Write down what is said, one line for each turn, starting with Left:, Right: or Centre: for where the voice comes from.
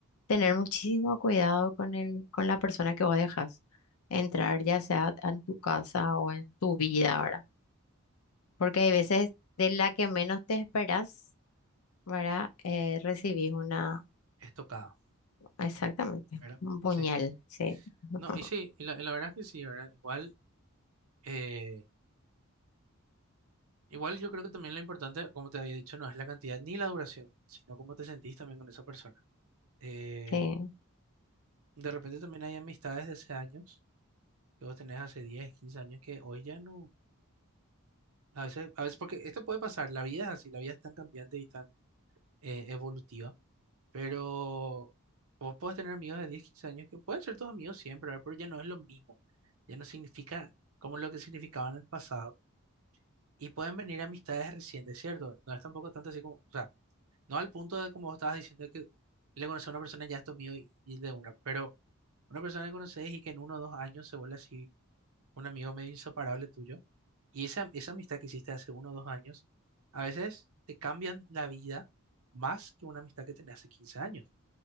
Left: tener muchísimo cuidado con el, con la persona que vos dejas entrar, ya sea en tu casa o en tu vida, ¿verdad? Porque hay veces de la que menos te esperas, ¿verdad? Eh, recibís una,
Right: estocada,
Left: exactamente,
Right: ¿verdad?
Left: un puñal,
Right: Sí.
Left: sí. <laughs>
Right: No, y sí, y la, y la verdad es que sí, ¿verdad? Igual, eh, igual yo creo que también lo importante, como te había dicho, no es la cantidad ni la duración, sino cómo te sentís también con esa persona. Eh,
Left: Sí,
Right: De repente también hay amistades de hace años, que vos tenés hace 10 15 años, que hoy ya no, a veces, a veces, porque esto puede pasar, la vida es así, la vida es tan cambiante y tan eh, evolutiva, pero vos podés tener amigos de 10 15 años que pueden ser tus amigos siempre, ¿verdad? Pero ya no es lo mismo, ya no significa como lo que significaba en el pasado, y pueden venir amistades recientes, ¿cierto? No es tampoco tanto así como, o sea, no al punto de como vos estabas diciendo que le conoces a una persona y ya es tu amigo y, y de una, pero una persona que conoces y que en uno o dos años se vuelve así un amigo medio inseparable tuyo, y esa, esa amistad que hiciste hace uno o dos años, a veces te cambian la vida más que una amistad que tenés hace 15 años.